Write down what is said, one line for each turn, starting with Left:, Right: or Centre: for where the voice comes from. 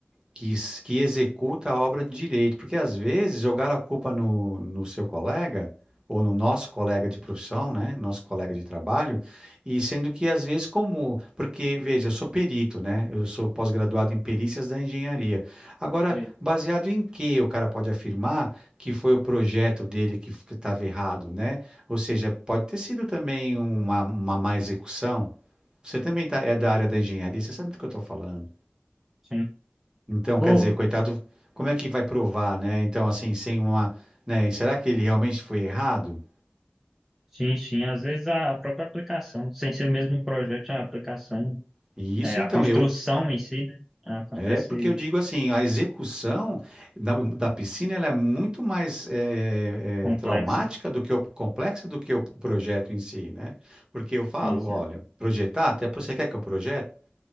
Right: que, s- que executa a obra de direito, porque às vezes jogar a culpa no, no seu colega ou no nosso colega de profissão, né, nosso colega de trabalho, e sendo que às vezes como, porque veja, eu sou perito, né, eu sou pós-graduado em perícias da engenharia. Agora,
Centre: Sei.
Right: baseado em que o cara pode afirmar que foi o projeto dele que estava errado, né? Ou seja, pode ter sido também uma, uma má execução. Você também tá, é da área da engenharia, você sabe do que eu estou falando.
Centre: Sim.
Right: Então,
Centre: Ô,
Right: quer dizer, coitado, como é que vai provar, né? Então, assim, sem uma, né? e Será que ele realmente foi errado?
Centre: Sim, sim. Às vezes a própria aplicação, sem ser mesmo um projeto, a aplicação,
Right: E isso,
Centre: é, a
Right: então,
Centre: construção
Right: eu,
Centre: em si, né? Acontece
Right: é porque eu digo assim, a execução da, da piscina, ela é muito mais é,
Centre: complexa.
Right: é, traumática do que o complexa do que o projeto em si, né? Porque eu falo,
Centre: Sim, sim.
Right: olha, projetar, até você quer que eu projete?